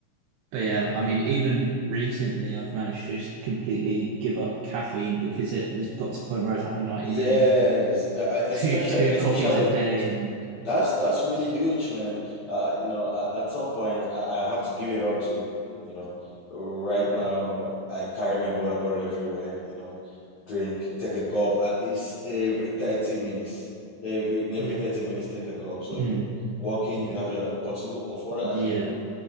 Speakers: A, on the right; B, on the left.
A: but yeah, I mean, even recently, I've managed to just completely give up caffeine because it was got to the point where I was having like
B: Yes,
A: you know
B: uh, I- especially
A: two two
B: especially
A: coffees a day, and
B: That's that's really huge, man. Uh, you know, at, at some point, I, I have to give it up to, you know, right
A: yeah,
B: now I carry my water bottle everywhere. You know, drink, take a gulp at least every 30 minutes. Every in every
A: yeah,
B: 30 minutes, take a gulp. So you
A: mm,
B: walking,
A: yeah,
B: you have a bottle of water.
A: yeah,
B: You